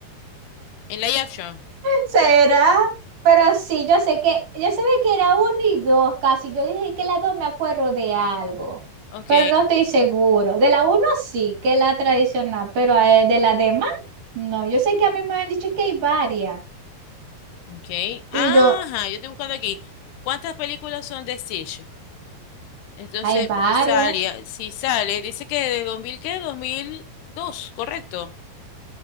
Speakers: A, on the left; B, on the right.
A: En la action.
B: ¿Será? Pero sí, yo sé que, yo sabía que era uno y dos casi. Yo dije que la dos me acuerdo de algo,
A: Ok,
B: pero no estoy seguro. De la uno sí, que es la tradicional, pero eh, de la demás, no. Yo sé que a mí me han dicho que hay varias.
A: ok. Ajá,
B: Y yo,
A: yo estoy buscando aquí. ¿Cuántas películas son de Stitch? Entonces,
B: hay varias.
A: sale, si sale, dice que de 2000 ¿qué? dos mil dos, correcto.